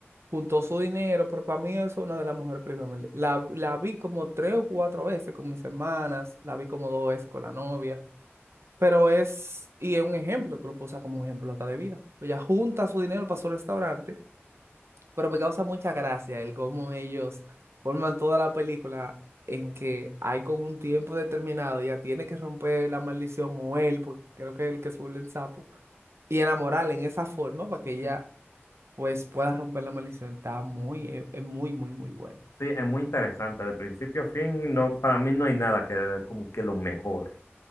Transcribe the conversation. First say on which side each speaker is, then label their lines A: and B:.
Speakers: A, on the right (about 70°); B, on the left (about 85°).
A: juntó su dinero, pero para mí es una de las mejores películas. La, la vi como tres o cuatro veces con mis hermanas, la vi como dos veces con la novia, pero es, y es un ejemplo, tú lo puedes usar como un ejemplo hasta de vida. Ella junta su dinero para su restaurante Pero me causa mucha gracia el cómo ellos forman toda la película en que hay con un tiempo determinado, ya tiene que romper la maldición o él, porque creo que es el que se vuelve el sapo, y enamorarla en esa forma para que ella pues pueda romper la maldición. Está muy, es es muy, muy, muy bueno.
B: Sí, es muy interesante. De principio a fin, no, para mí no hay nada que como que lo mejore.